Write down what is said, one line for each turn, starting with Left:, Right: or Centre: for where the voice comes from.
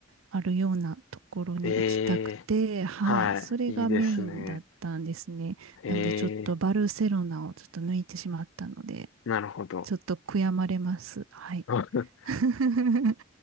Right: あるようなところに行きたくて、
Left: ええ、
Right: はい、
Left: はい。
Right: それがメインだったんですね。
Left: いいですね。え
Right: なんでちょっとバルセロナをちょっと抜いてしまったので、
Left: え、なるほど。
Right: ちょっと悔やまれます。はい。
Left: <laughs>
Right: <laughs>